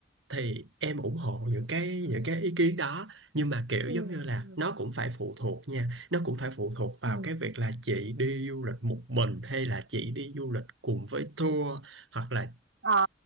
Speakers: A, on the right; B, on the right.
A: thì em ủng hộ những cái những cái ý kiến đó nhưng mà kiểu
B: Ừm,
A: giống như là
B: ừm,
A: nó cũng phải phụ thuộc nha nó cũng phải phụ thuộc vào
B: ừm.
A: cái việc là chị đi du lịch một mình hay là chị đi du lịch cùng với tour hoặc là
B: à